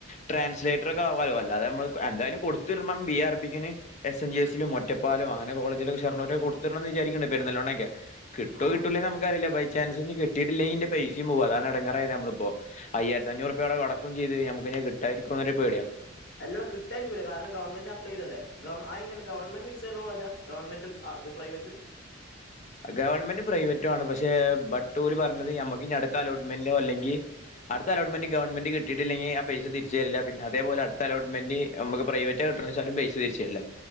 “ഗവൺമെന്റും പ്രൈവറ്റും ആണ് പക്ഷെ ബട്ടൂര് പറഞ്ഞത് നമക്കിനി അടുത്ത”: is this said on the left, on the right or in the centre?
Left